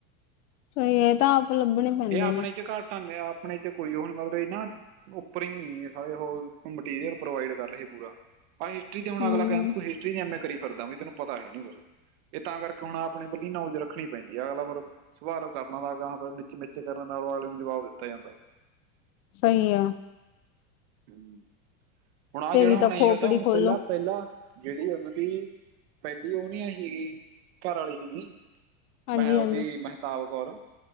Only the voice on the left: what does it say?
ਸਹੀ ਹੈ ਇਹ ਤਾਂ ਆਪ ਲੱਭਣੇ ਪੈਂਦੇ
ਨੇ
ਹਮ
ਸਹੀ ਆ।
ਤੇਰੀ
ਤਾਂ
ਖੋਪੜੀ
ਖੋਲੋ
ਹਾਂਜੀ
ਹਾਂਜੀ